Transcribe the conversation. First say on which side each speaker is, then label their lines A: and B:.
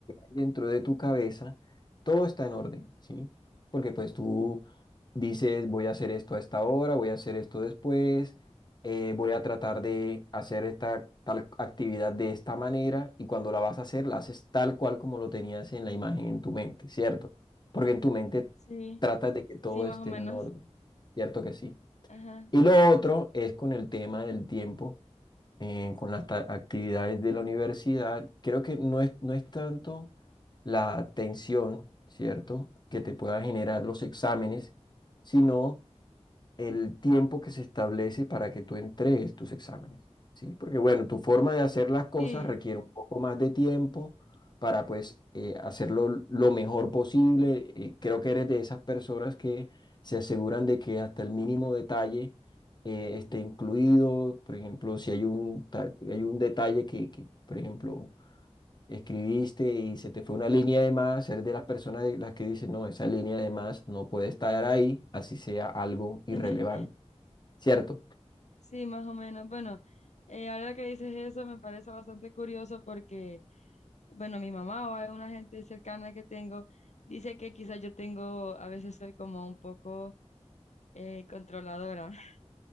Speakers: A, on the left; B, on the left.
A: dentro de tu cabeza, todo está en orden, ¿sí? Porque pues tú dices, voy a hacer esto a esta hora, voy a hacer esto después, eh, voy a tratar de hacer esta tal actividad de esta manera y cuando la vas a hacer, la haces tal cual como lo tenías en la imagen en tu mente, ¿cierto? Porque en tu mente
B: sí,
A: tratas de que todo
B: sí, más
A: esté
B: o menos.
A: en un orden, ¿cierto que sí?
B: Ajá.
A: Y lo otro es con el tema del tiempo eh, con las ta- actividades de la universidad, creo que no es, no es tanto la tensión, ¿cierto?, que te puedan generar los exámenes, sino el tiempo que se establece para que tú entregues tus exámenes, ¿sí? Porque bueno, tu forma de hacer las cosas
B: Sí.
A: requiere un poco más de tiempo para pues eh, hacerlo lo mejor posible. Eh, creo que eres de esas personas que se aseguran de que hasta el mínimo detalle eh, esté incluido. Por ejemplo, si hay un, ta- hay un detalle que, que, por ejemplo, escribiste y se te fue una línea de más, eres de las personas de las que dicen, no, esa línea de más no puede estar ahí, así sea algo irrelevante.
B: <laughs>
A: ¿cierto?
B: Sí, más o menos. Bueno, eh, ahora que dices eso me parece bastante curioso porque, bueno, mi mamá o alguna gente cercana que tengo dice que quizás yo tengo, a veces soy como un poco eh, controladora. <laughs>